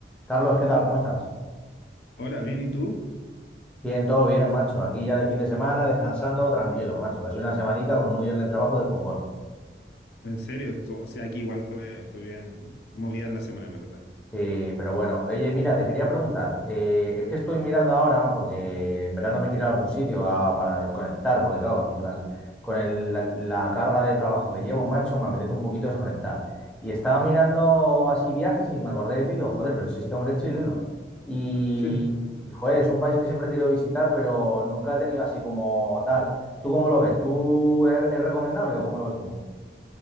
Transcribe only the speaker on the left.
Ahora, bien, ¿y tú?
En serio, esto- o sea, aquí igual fue, fue bien movida la semana, en verdad.
Sí.